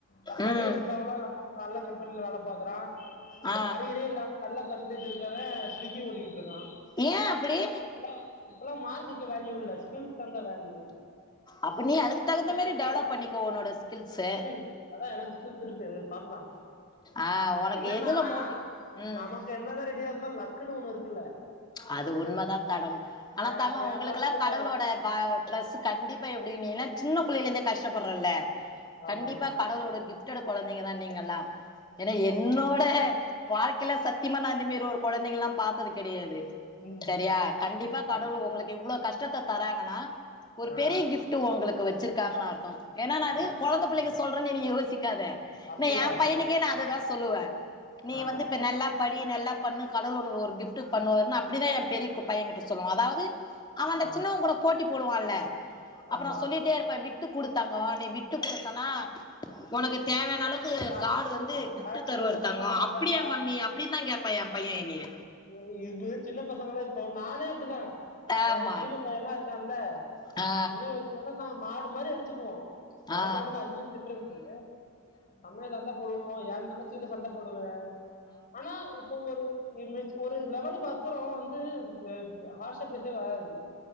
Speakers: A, on the left; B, on the left.
A: பத்தறியர்
B: ம்
A: இருக்கவலா நல்ல நல்ல கம்பெனில வேல பாக்குறா
B: ஆ
A: அரியரே இல்லாம நல்ல பர்சன்டேஜ் இருக்கவ ஸ்விக்கி ஒட்டிட்டு இருக்கா
B: ஏ அப்டி
A: இப்பல்லா இப்பல்லா மார்க்குக்கு வேல்யூ இல்ல ஸ்கில்ஸ் தாங்க்கா வேல்யூ
B: அப்ப நீ அதுக்கு தகுந்த
A: நம்ம
B: மாரி
A: கிட்ட
B: டெவலப் பண்ணிக்கோ உன்னோட ஸ்கில்ஸு
A: ம் அதா எனக்கு ஸ்கில்ஸ் இருக்கு பாக்லா
B: ஆ உனக்கு
A: என்னன்னா
B: எதுல மோட்டிவ் ம்
A: நமக்கு என்னதா ரெடியா ல லக்குன்னு ஒண்ணு இருக்குல்ல
B: அது உண்மதா தடம் ஆனா
A: ஏ
B: தங்கோ
A: ஏ
B: உங்களுக்கெல்லா
A: வாழ்க்கையில
B: கடவுளோட ப பிளஸ் கண்டிப்பா எப்டி நீ ஏன்னா சின்ன பிள்ளைல இருந்தே கஷ்டப்பட்றல்ல
A: ஆமாக்கா
B: கண்டிப்பா கடவுளோட கிஃப்ட்டட் கொழந்தைங்கதா நீங்கல்லா ஏன்னா என்னோட
A: ஆ
B: வாழ்க்கைல சத்திமா நா இந்த மேரி ஒரு கொழந்தைங்கல்லா பாத்தது கெடையாது
A: ம்
B: சரியா கண்டிப்பா கடவுள்
A: ஆ
B: ஒங்களுக் இவ்ளோ கஷ்டத்த தராங்கன்னா ஒரு
A: ஆ
B: பெரிய கிஃப்ட் உங்களுக்கு வச்சிருக்காங்கன்னு அர் தோ ஏன்னா நானது
A: கண்டிப்பா
B: கொழந்த
A: கண்டிப்பா
B: பிள்ளைக சொல்றன்னு நீ யோசிக்காத
A: அப்பில்லா
B: இந்த எ
A: இல்ல அப்பில்லா
B: பையனுக்கே
A: இல்ல
B: நா அததா சொல்லுவ நீ
A: ஆ
B: வந்து இப்ப நல்லா படி நல்லா பண்ணு கடவுள் ஒனக்கு ஒரு கிப்ட் பண்ணுவாருன் அப்டிதா எ பெரிய குப்பா என் கிட்ட சொல்லுவா அதாவது அவ அந்த
A: ஆ
B: சின்னவங்கூட போட்டி போடுவான்ல அப்ப
A: ஆமா
B: நா சொல்லிட்டே இருப்பே விட்டு குடுத்தாங்கோ நீ விட்டு குடுத்தனா உனக்கு தேவையான அளவுக்கு
A: அக்கா
B: காட் வந்து
A: அதெல்லா
B: கிப்ட்
A: சின்ன
B: தருவாருத்தங்கோ
A: பசங்கல்லா அப்டிதான்க்கா
B: அப்டியா மம்மி அப்டின்தா கே ப்பா என் பையன் என்னைய
A: ஓ இது சின்ன பசங்களா இப்போ நானே அப்டித்தா எனக்கு
B: ஆமா
A: பெரிப்பா பையல்லா இருக்கான்ல
B: ஆ
A: சின்ன வயசு நல்லா நாங்க மாடு மாரி அடுச்சுக்குவோ எனக்கு
B: ஆ
A: அவனுக்கு அஞ்சு வயசு டிஃப்ரன்ஸு செம்மைய சண்ட போடுவோ எ தங்கச்சிட்ட சண்ட போடுவே ஆனா இப்போ ஒரு ரு இம்மெஜ் லெவலுக்கு அப்பறோ வந்து ஹார்ஷா பேசவே வராது